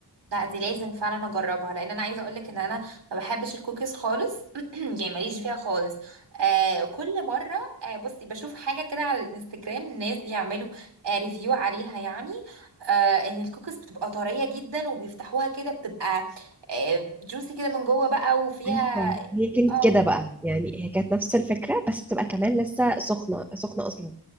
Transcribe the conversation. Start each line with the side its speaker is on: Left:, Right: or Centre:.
Right: لا دي لازم فعلا اجربها لان انا عايزه اقولك ان انا ما بحبش الكوكيز خالص <clears throat> يعني ماليش فيها خالص آه كل مره آه بصي بشوف حاجه كده على الانستجرام الناس بيعملوا آه ريفيو عليها يعني آه ان الكوكيز بتبقى طريه جدا وبيفتحوها كده بتبقى آه جوسي كده من جوه بقى وفيها
Centre: ايوه هي كانت
Right: اه
Centre: كده بقى يعني هي كانت نفس الفكره بس بتبقى كمان لسه سخنه سخنه اصلا